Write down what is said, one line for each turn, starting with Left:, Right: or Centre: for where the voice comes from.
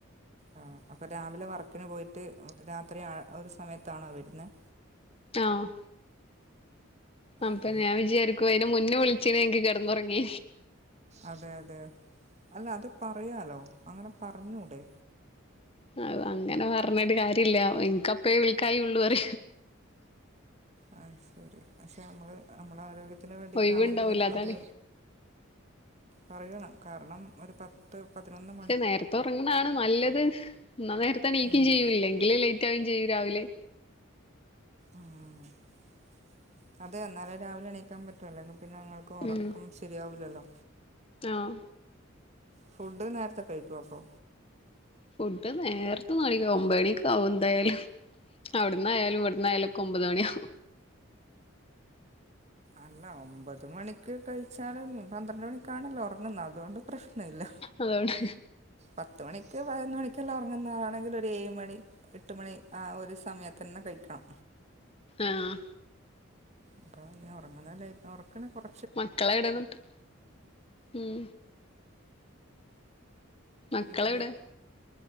Right: ആ അപ്പോൾ രാവിലെ വർക്കിന് പോയിട്ട് രാത്രി ഒരു സമയത്താണോ വരുന്നത്
Left: ആഹ് അപ്പൊ
Right: ഓഹ്
Left: ഞാൻ വിച ക്കുഅതിനെ മുന്നേ വിളിച്ചീ എനിക്ക് കിടന്നുറങ്ങി
Right: അതെ അതെ അല്ല അത് പറയാലോ അങ്ങനെ പറഞ്ഞൂടെ
Left: അത് അങ്ങനെ പറഞ്ഞിട്ട് കാര്യ ഇല്ല എനിക്കപ്പ വിൽക്കായ ഉള്ളൂ പറ
Right: ആ ശരി പക്ഷെ നമ്മൾ നമ്മൾ ആരോഗ്യത്തിന് വേണ്ടിയിട്ടാണെങ്കിലും
Left: ഒഴിവുണ്ടാവൂല അതാണ്
Right: അത് പറയണം കാരണം ഒരു പ പ ത്ത്പതിനൊന്ന്
Left: പക്ഷെ നേരത്തെ ഉറങ്ങണാണ് നല്ലത് എന്നാ നേരത്തെ നീക്കും
Right: ഉം
Left: ചെയ്യൂ ഇല്ലെങ്കിൽ യും ചെയ്യൂ രാവിലെ
Right: ആഹ്അതെ എന്നാലെ രാവിലെ എണീക്കാൻ പറ്റു അല്ലെങ്കി പിന്നെ ങ്ങൾക്ക് ഉറക്കം
Left: ഉം
Right: ശരിയാവില്ലല്ലോ
Left: ആഹ്
Right: ഫുഡ് നേരത്തെ കഴിക്കുവോ അപ്പോ
Left: ഫുഡ് നേരത്തെ ഒന്നും കഴിക്കില്ല ഒമ്പത് മണിക്ക് ആകും എന്തായാലും അവിടുന്നായയാലും ഇവിടന്ന് ആയാലുംക്കെ ഒമ്പത് മണിയും
Right: അല്ല ഒമ്പത് മണിക്ക് കഴിച്ചാലും പന്ത്രണ്ട് മണിക്കാണല്ലോ ഉറങ്ങുന്നത് അതുകൊണ്ട് പ്രശ്ന ല്ല
Left: അതുകൊണ്ട്
Right: പത്ത് മണിക്ക് പതിനൊ മണിക്കെല്ലാം ഇറങ്ങുന്നാണെങ്കിൽ ഒരു ഏഴ് മണി എട്ട് മണി ആ ഒരു സമയത്ത് തന്നെ കഴിക്കണം
Left: ആഹ്
Right: അപ്പ ഉറങ്ങുന്നല്ല ഉറക്ക കൊറ
Left: മക്കളെ എവിടെന്നിട്ട് ഉം മക്കളെവിടെ
Right: അണ്ട്